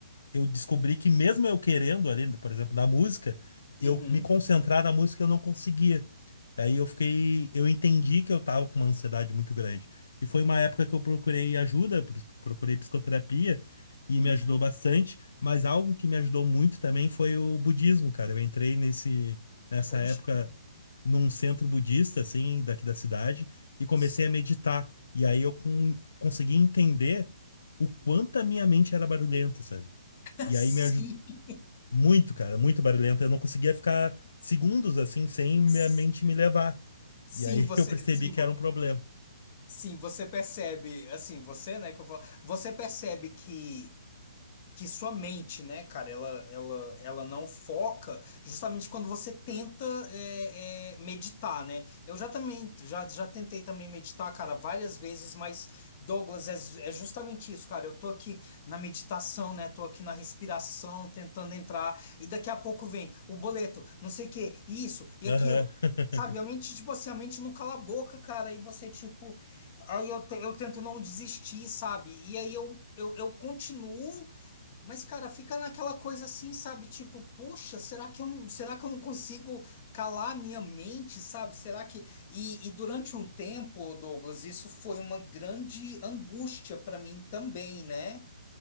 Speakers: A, on the left; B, on the left.
A: eu descobri que mesmo eu querendo ali por exemplo na música eu
B: Uhum.
A: me concentrar na música eu não conseguia Aí eu fiquei, eu entendi que eu tava com uma ansiedade muito grande. E foi uma época que eu procurei ajuda, pro- procurei psicoterapia e
B: Hum.
A: me ajudou bastante, mas algo que me ajudou muito também foi o budismo, cara. Eu entrei nesse nessa
B: Poxa,
A: época
B: que
A: num centro budista assim, daqui da cidade e comecei
B: massa.
A: a meditar. E aí eu con- consegui entender o quanto a minha mente era barulhenta, sabe?
B: <laughs>
A: E aí me ajudou muito, cara, muito barulhenta. Eu não conseguia ficar segundos assim sem minha
B: Sim.
A: mente me levar.
B: Sim,
A: E aí
B: você,
A: <laughs> eu percebi
B: sim,
A: que
B: vo-
A: era um problema.
B: sim, você percebe, assim, você, né, que eu vou, você percebe que que sua mente, né, cara, ela, ela, ela não foca justamente quando você tenta é, é, meditar, né? Eu já também, já, já tentei também meditar, cara, várias vezes, mas, Douglas, é, é justamente isso, cara. Eu tô aqui na meditação, né? Tô aqui na respiração, tentando entrar, e daqui a pouco vem o boleto, não sei o quê, isso e
A: Aham.
B: aquilo.
A: <laughs>
B: Sabe, a mente, tipo assim, a mente não cala a boca, cara, e você, tipo, aí eu, te- eu tento não desistir, sabe? E aí eu, eu, eu continuo mas, cara, fica naquela coisa assim, sabe? Tipo, poxa, será que eu não, será que eu não consigo calar a minha mente, sabe? Será que. E, e durante um tempo, Douglas, isso foi uma grande angústia para mim também, né?